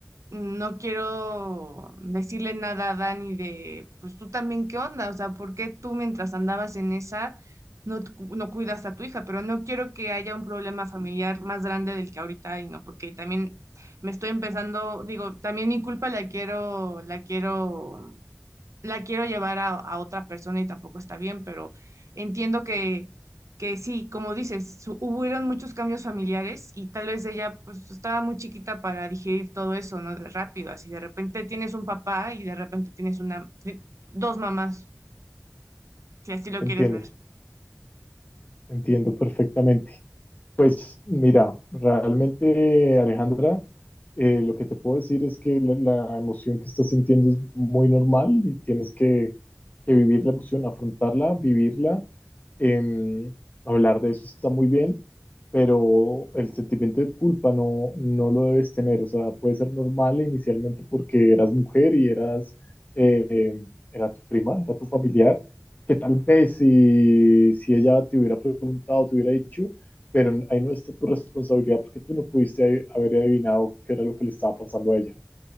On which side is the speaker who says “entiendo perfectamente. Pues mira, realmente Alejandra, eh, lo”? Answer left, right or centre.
Left